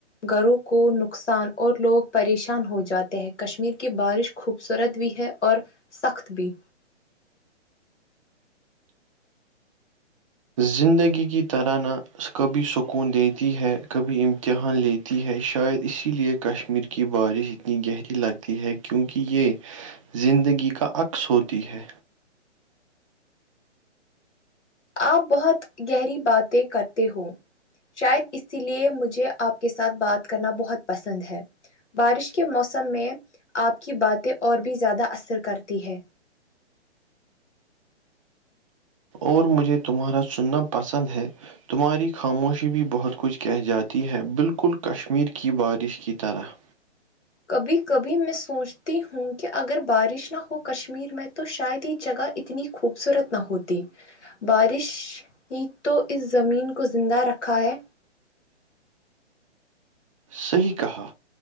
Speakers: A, on the left (about 80°); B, on the right (about 30°).
A: گھروں کو نقصان اور لوگ پریشان ہو جاتے ہیں کشمیر کی بارش خوبصورت بھی ہے اور سخت بھی
B: زندگی کی طرح نہ کبھی سکون دیتی ہے کبھی امتحان لیتی تی ہے شاید اسی لیے کشمیر کی بارش اتنی گہری لگتی ہے کیونکہ یہ زندگی کا عکس ہوتی ہے
A: آپ بہت گہری باتیں کرتے ہو شاید اسی لیے مجھے آپ کے ساتھ بات کرنا بہت پسند ہے بارش کے موسم میں آپ کی باتیں اور بھی زیادہ اثر کرتی ہے
B: اور مجھے تمہارا سننا پسند ہے تمہاری خاموشی بھی بہت کچھ کہہ جاتی ہے بالکل کشمیر کی بارش کی طرح
A: کبھی کبھی میں سوچتی ہوں کہ اگر بارش نہ ہو کشمیر میں تو شاید یہ جگہ اتنی خوبصورت نہ ہوتی بارش ہی تو اس زمین کو زندہ رکھا ہے
B: صحیح کہا